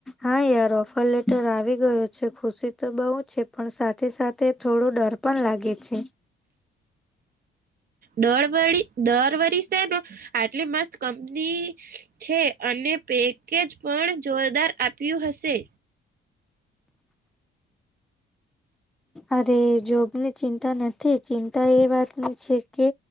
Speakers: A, in the centre; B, on the right.
A: હા યાર ઓફર લેટર આવી ગયો છે ખુશી તો બઉુ છે, પણ સાથે સા થે થોડો ડર પણ લાગે છે.
B: દર વળી દર વર સેનું આટલી મસ્ત કંપની છે અને પેકેજ પણ જોરદાર આપ્યું હશે.
A: અરે જોબની ચિંતા નથી ચિંતા એ વાતની છે કે